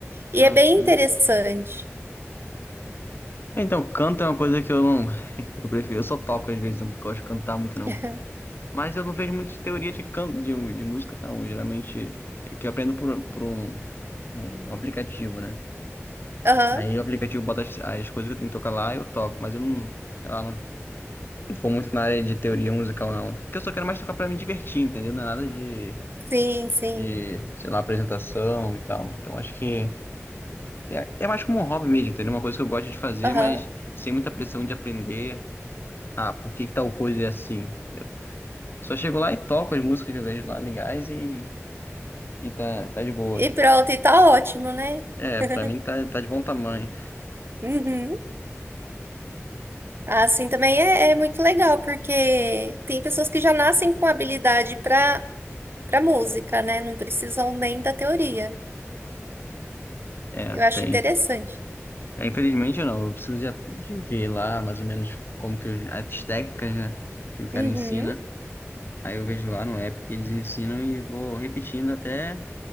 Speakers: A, on the right; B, on the left.
A: E
B: Ah,
A: é bem
B: tá.
A: interessante.
B: Então, canto é uma coisa que eu não. <laughs> Eu prefiro, eu só toco às vezes, não gosto de cantar muito,
A: <laughs>
B: não. Mas eu não vejo muita teoria de, can... de, de música, não. Geralmente, eu que aprendo por, por um, um aplicativo, né?
A: Aham.
B: Aí o aplicativo bota as, as coisas que eu tenho que tocar lá e eu toco, mas eu não, sei lá, não, não vou muito na área de teoria musical, não. Porque eu só quero mais tocar pra me divertir, entendeu? Não é nada de,
A: Sim, sim.
B: de, sei lá, apresentação e tal. Então acho que é, é mais como um hobby mesmo, entendeu? Uma coisa que eu gosto de fazer,
A: Aham.
B: mas sem muita pressão de aprender. Ah, por que que tal coisa é assim? Só chego lá e toco as músicas que eu vejo lá legais e E tá, tá de boa.
A: E pronto, e tá ótimo, né?
B: É,
A: <laughs>
B: pra mim tá, tá de bom tamanho.
A: Uhum. Assim também é, é muito legal, porque tem pessoas que já nascem com habilidade para para música, né? Não precisam nem da teoria.
B: É,
A: Eu acho
B: tem.
A: interessante.
B: É, infelizmente não, eu preciso já de ver lá mais ou menos como que os- as técnicas, né, que o cara
A: Uhum.
B: ensina. Aí eu vejo lá no app que eles ensinam e vou repetindo até,